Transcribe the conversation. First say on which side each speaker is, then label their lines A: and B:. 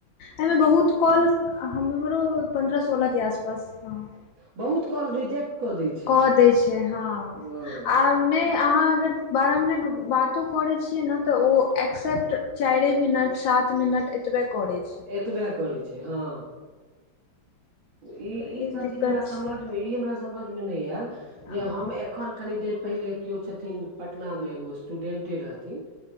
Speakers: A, on the left (about 80°); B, on the right (about 90°).
A: एहिमे बहुत। कॉल हमरो पन्द्रह सोलह के आसपास हँ।
B: बहुत कॉल रिजेक्ट। दै छै
A: कऽ दै छै हँ
B: हँ
A: आब। नहि अहाँ अगर बारह मिनट बातो करै छियै ने तऽ ओ एक्सेप्ट। चार मिनट सात मिनट एतबे करैछै
B: एतबे करै छै हँ। ई
A: तऽ
B: ईसभ
A: दिक्कत
B: चीज हमरा समझमे
A: छै
B: ई हमरा समझमे नहि आयल
A: हँ
B: जे हम एखन। कनि देर पहिले केओ छथिन पटनामे एगो स्टूडेन्टे रहथिन